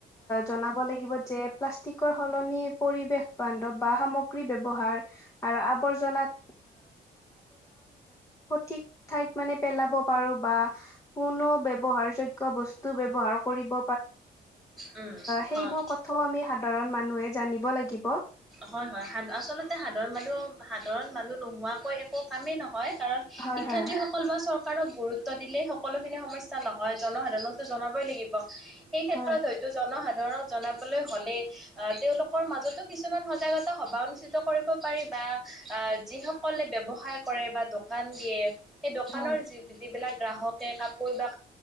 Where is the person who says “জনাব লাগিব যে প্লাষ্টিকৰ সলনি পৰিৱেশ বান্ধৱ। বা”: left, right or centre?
Left